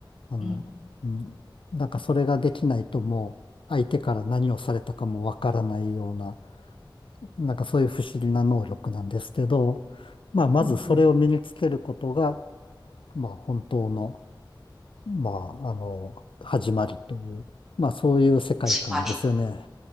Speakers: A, on the left; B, in the centre.
A: あの、
B: うん。
A: うん、なんかそれができないともう相手から何をされたかもわからないような、なんかそういう不思議な能力なんですけど、まあ、まずそれを身につけることが、
B: ほうほう
A: まあ、本当の、まあ、あの、始まりという、まあ、そういう世界観ですよね。
B: つまり。